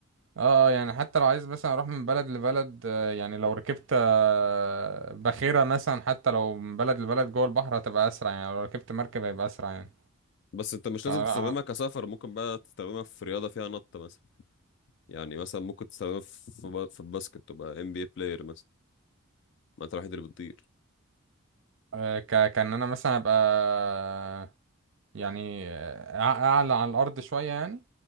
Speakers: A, on the right; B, on the left.
A: اه يعني حتى لو عايز مثلا اروح من بلد لبلد آه، يعني لو ركبت آه، باخرة مثلا حتى لو من بلد لبلد جوه البحر هتبقى اسرع يعني لو ركبت مركب هيبقى اسرع يعني
B: بس انت مش
A: فلا
B: لازم تستخدمها
A: ه-
B: كسفر ممكن بقى تستخدمها في رياضه فيها نط مثلا يعني مثلا ممكن تستخدمها في في با- في الباسكت تبقى ام بي اي بلاير مثلا ما انت الوحيد اللي بتطير
A: آه، ك كان انا مثلا هبقى آه، يعني آه، أع- اعلى على الارض شوية يعني